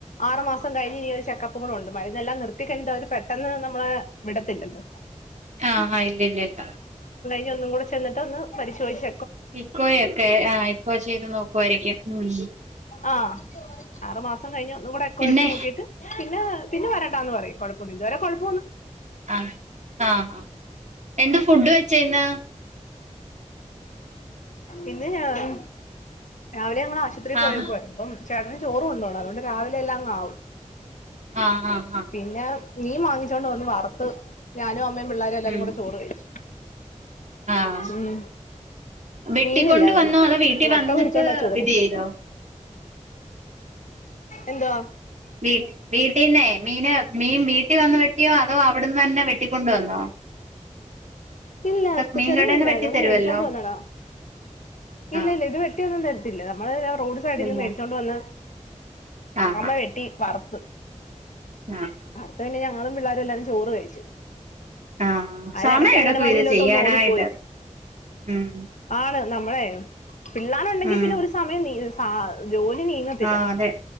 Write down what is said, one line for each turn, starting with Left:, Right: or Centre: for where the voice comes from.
Left: ആറു മാസം കഴിഞ്ഞ് ഇനി ഒരു ചെക്കപ്പും കൂടെ ഒണ്ട് മരുന്നെല്ലാം നിർത്തി കഴിഞ്ഞിട്ട് അവര് പെട്ടെന്ന് നമ്മള വിടത്തില്ലല്ലോ
Right: ആഹ് ആഹ ഇല്ലില്ല ഇല്ല
Left: ന്നും കൂടെ ചെന്നിട്ടൊന്ന് പരിശോധിച്ച
Right: ഇക്കോയൊക്കെ ആ ഇക്കൊ ചെയ്ത് നോക്കുവായിരിക്കും ഹും
Left: ങാ ആറ് മാസം കഴിഞ്ഞു ഒന്നുംകൂടെ എക്കോഎടുത്ത്
Right: പിന്നെ
Left: നോക്കീട്ട് പിന്നെ പിന്നെ വരണ്ടാന്ന് പറയും കൊഴപ്പ ഇത് വരേ കൊഴപ്പോന്നൂല്ല
Right: ങാ ങാ ങാ എന്ത് ഫുഡ് വെച്ചേന്ന്
Left: ഇന്ന് ഞാൻ രാവിലെ ണം ആശുത്രീ പോയേക്കുവാരുന്നു
Right: ആഹ്
Left: ചേട്ടന് ചോറുകൊണ്ട് പോണം. അതുകൊണ്ട്‌ രാവിലെല്ലാം ആവും
Right: ങാ ങാ ങാ
Left: പിന്നെ മീൻ വാങ്ങിച്ചോണ്ട് വന്ന് വറുത്ത് ഞാനും അമ്മയുംപിള്ളേരെല്ലാരും
Right: ഉം
Left: കൂടെ ചോറ് കഴിച്ചു.
Right: ആഹ്
Left: ഉം
Right: വെട്ടിക്കൊണ്ട്
Left: മീനില്ലായിരുന്നു
Right: വന്നോ? അതോ വീട്ടിൽ
Left: മുട്ട
Right: വന്നിട്ട്
Left: പൊരിച്ചോണ്ടാ ചോറും
Right: വെട്ടിയേതോ?
Left: എന്തുവാ?
Right: വീ വീട്ടീന്നേ മീന് മീൻ വീട്ടി വന്ന് വെട്ടിയോ അ അതോ അവിടുന്ന് തന്നെ വെട്ടിക്കൊണ്ടുവന്നോ?
Left: ഇല്ല
Right: മീൻകടേന്ന്
Left: ചെറിയ മീനായിരുന്നു.
Right: വെട്ടിത്തരുവല്ലോ
Left: അത് മേടിച്ചൊണ്ട് വന്നടാ. ഇല്ല
Right: ആഹ്
Left: ഇല്ല ഇത് വെട്ടി ഒന്നും തര ത്തില്ല നമ്മള് റോഡ് സൈഡിൽ നിന്ന്
Right: ഇല്ല
Left: മേടിച്ചോണ്ട് വന്ന്
Right: ആഹ്
Left: അമ്മ
Right: ആഹ്
Left: വെട്ടി വറ്
Right: ആഹ്
Left: അടുത്തതങ്ങനെയാ ഞങ്ങളും പിള്ളാരും എല്ലാരും ചോറ് കഴിച്ചു.
Right: ആഹ്
Left: അതിനിടക്ക്
Right: സമയം എടുക്കും
Left: അഗനവാടിയിലോട്ട്
Right: ഇത് ചെയ്യാനായിട്ട്
Left: ഒന്ന് ഓടിപ്പോയി
Right: ഉം
Left: ആണ്. നമ്മളേ പിള്ളാരുണ്ടെങ്കിൽ
Right: ഉം
Left: പിന്നെ ഒരു സമയം നീ ആഹ് ജോലി നീങ്ങത്തില്ല
Right: ആഹ് അതെ